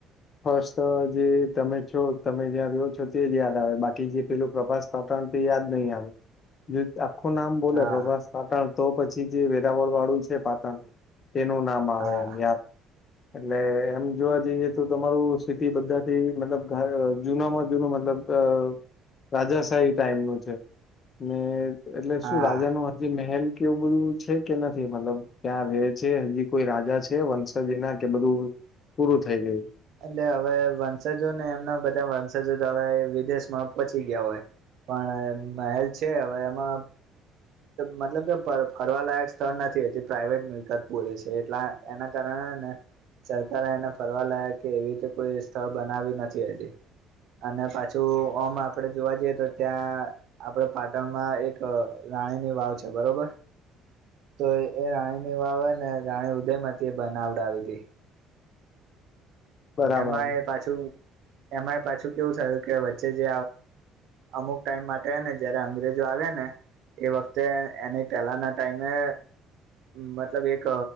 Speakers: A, on the left; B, on the right.
A: ફસ્ટ જે તમે છો તમે જ્યાં રહ્યો છો તે જ યાદ આવે બાકી જે પેલું પ્રભાસ તપણ તે યાદ નહી આવે જે આપ આખું નામ બોલે
B: હા
A: પ્રભાસ પાટણ તો પછી જે વેરાવળ વાળું છે પાટણ તેનું નામ આવે
B: હા
A: એમ યાદ. એટલે એમ જોવા જઈએ તો તમારું સિટી બધાથી મતલબ જૂનામાં જૂનું મતલબ અ રાજાશાહી ટાઈમ નું છે ને એટલે
B: હા
A: શું રાજા નું હજી મહેલ કેવું બધું છે કે નથી મતલબ ક્યાં રે? છે હજી કોઈ રાજા છે વંશજી એ ના કે બધું પૂરું થઈ ગયું?
B: એટલે હવે વંશજો ને એમના બધા વંશજો હવે વિદેશમાં પહોંચી ગયા હોય. પણ મહેલ છે હવે એમાં મતલબ કે ફરવાલાાયક સ્થળ નથી એ પ્રાઇવેટ મિલકત બોલે છે એટલા એના કારણે ને સરકારે એને ફરવા લાય કે એવી તો કોઈ સ્થળ બનાવ્યું નથી હજી. અને પાછું ઓમ આપડે જોવા જઈએ તો ત્યાં આપડે પાટણમાં એક રાણીની વાવ છે બરોબર? તો એ રાણી ની વાવે ને રાણી ઉદયમાંથી એ બનાવડાવી હતી.
A: બરાબર
B: એમાં એ પાછું, એમાં એ પાછું કેવું થયું કે વચ્ચે જે અમુક ટાઈમ માટે ને જયારે અંગ્રેજો આવે ને એ વખતે એને પહેલાના ટાઈમે મતલબ એક